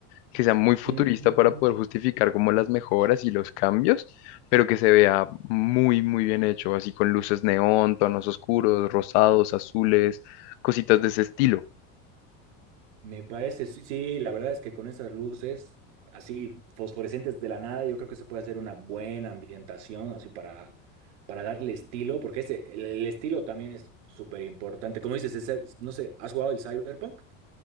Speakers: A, on the left; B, on the right.
A: que sea muy futurista
B: Mm.
A: para poder justificar como las mejoras y los cambios, pero que se vea muy, muy bien hecho, así con luces neón, tonos oscuros, rosados, azules, cositas de ese estilo.
B: Me parece, sí, sí, la verdad es que con esas luces así fosforescentes de la nada, yo creo que se puede hacer una buena ambientación así para, para darle estilo, porque ese, el, el estilo también es súper importante. Como dices, esa- no sé, ¿has jugado el Cyberpunk?